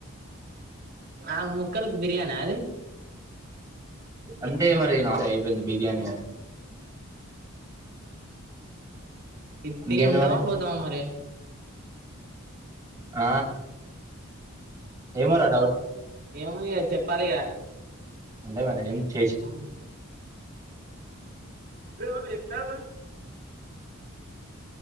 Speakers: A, on the right; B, on the right.
A: ఆ ముక్కనకి బిర్యానీ ఆ అది
B: అంటే మరి నాట అయిపోయింది బిర్యానీ అది
A: ఇది తిని
B: ఇంకేంది
A: ఉంటావా
B: మరి
A: పోతావా మరి
B: ఆ ఏమోరా డౌట్
A: ఏమొ ఇగ చెప్పాలిగ
B: ఉంటా మరి ఇగ ఏం చేసి
A: అ బ్రో ఎట్లాగ